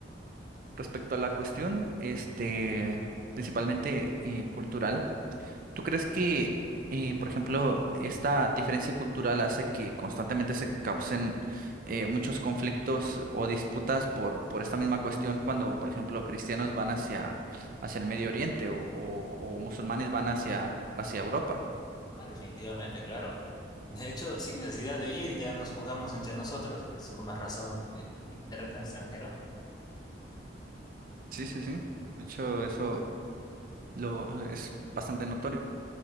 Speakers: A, on the right; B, on the left.
A: respecto a la cuestión, este, principalmente eh, cultural, ¿tú crees que, eh, por ejemplo, esta diferencia cultural hace que constantemente se causen eh, muchos conflictos o disputas por, por esta misma cuestión cuando, por ejemplo, cristianos van hacia, hacia el Medio Oriente o, o- o musulmanes van hacia, hacia Europa?
B: Ah, definitivamente, claro. De hecho, sin necesidad de ir, ya nos jugamos entre nosotros, pues con más razón en, en terreno extranjero.
A: Sí, sí, sí. De hecho, eso lo es bastante notorio.